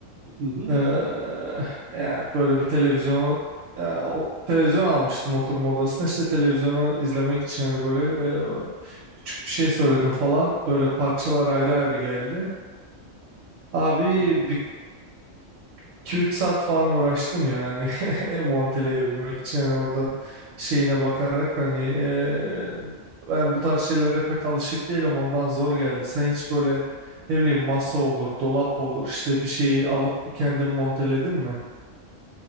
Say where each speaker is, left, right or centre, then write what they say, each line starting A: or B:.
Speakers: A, on the right (about 60°); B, on the right (about 80°).
A: Hı hı.
B: Ee, yani böyle bir televizyonu ya, o- televizyon almıştım oturma odasına işte televizyonu izlemek için hani böyle e, küçük bir şey söyledim falan böyle parçalar ayrı ayrı geldi. Abi
A: Evet.
B: bir 2-3 saat falan uğraştım yani <laughs> monteleyebilmek için hani orada şeyine bakarak hani eee, ben bu tarz şeylere pek alışık değilim ondan zor geldi. Sen hiç böyle ne bileyim masa olur, dolap olur işte bir şeyi alıp kendin monteledin mi?